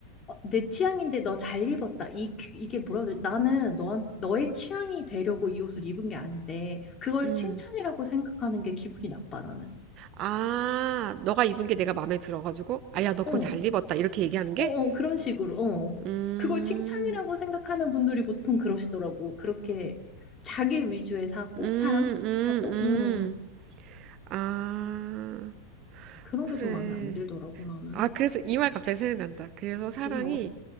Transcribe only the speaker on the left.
어, 내 취향인데 너 잘 입었다. 이 그- 이게 뭐라고 해야 되지? 나는 너 너의 취향이 되려고 이 옷을 입은 게 아닌데 그걸
칭찬이라고 생각하는 게 기분이 나빠 나는.
어,
어, 어 그런 식으로. 어.
그걸 칭찬이라고 생각하는 분들이 보통 그러시더라고. 그렇게 자기 위주의 사고,
사랑,
사고,
음
그런
게 좀 마음에 안 들더라고 나는.
음, 뭐,